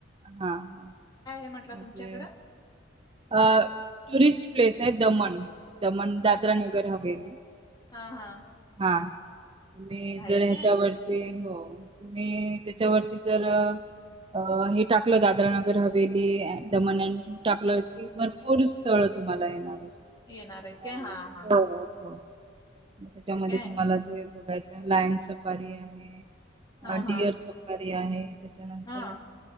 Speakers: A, on the right (about 25°); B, on the left (about 20°).
A: हा हा
B: म्हटला
A: म्हणजे
B: तुमच्याकडं?
A: अ टुरिस्ट प्लेस आहे दमण. दमण दादरा नगर हवेल.
B: हा हा.
A: हा. तुम्ही जर
B: काय?
A: ह्याच्यावरती. हो तुम्ही त्याच्यावरती जर अ हे टाकलं दादरा नगर हवेली दमन अँड टाकलं की भरपूर स्थळ तुम्हाला येणार.
B: येणार आहेत काय?
A: हो
B: हां, हां.
A: हो.
B: होय
A: त्यामध्ये
B: काय?
A: तुम्हाला जे. बघायचा लाईन सफारी आहे.
B: हां,
A: हाडिअर
B: हां.
A: सफ. ते आहे. तिच्या नंतर
B: हां.